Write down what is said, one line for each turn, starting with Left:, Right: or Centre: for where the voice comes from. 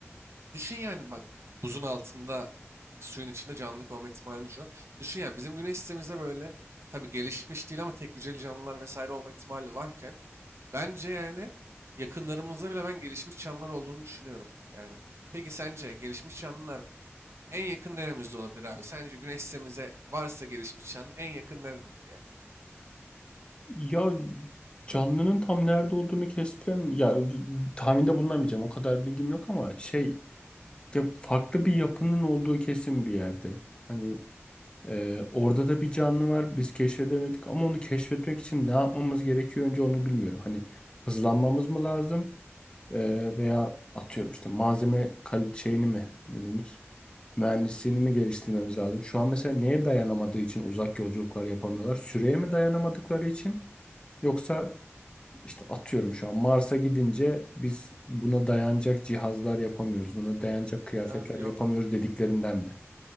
Right: Düşün yani bak buzun altında suyun içinde canlılık olma ihtimalini düşün. Düşün yani bizim güneş sistemimizde böyle tabii gelişmiş değil ama tek hücreli canlılar vesaire olma ihtimali varken bence yani yakınlarımızda bile ben gelişmiş canlılar olduğunu düşünüyorum yani. Peki sence gelişmiş canlılar en yakın neremizde olabilir abi? Sence güneş sistemimize varsa gelişmiş canlı en yakın nerededir yani?
Left: Ya canlının tam nerede olduğunu kestirem ya tahminde bulunamayacağım o kadar bilgim yok ama şey ya farklı bir yapının olduğu kesin bir yerde. Hani e, orada da bir canlı var biz keşfedemedik ama onu keşfetmek için ne yapmamız gerekiyor önce onu bilmiyorum. Hani hızlanmamız mı lazım E, veya atıyorum işte malzeme kal- şeyini mi ne denir? Mühendisliğini mi geliştirmemiz lazım? Şu an mesela neye dayanamadığı için uzak yolculuklar yapamıyorlar? Süreye mi dayanamadıkları için? Yoksa işte atıyorum şu an Mars'a gidince biz buna dayanacak cihazlar yapamıyoruz, buna dayanacak kıyafetler
Right: Abi yok
Left: yapamıyoruz dediklerinden mi?